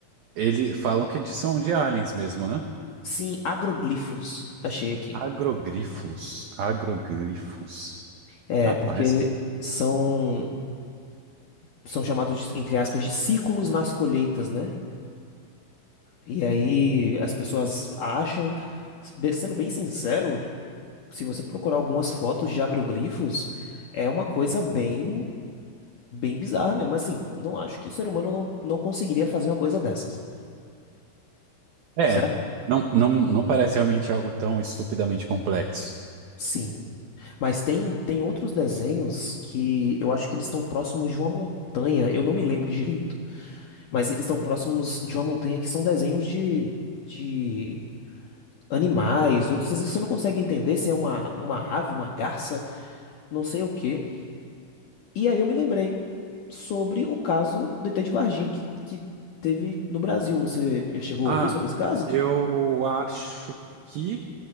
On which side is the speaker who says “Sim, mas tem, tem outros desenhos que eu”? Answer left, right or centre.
Left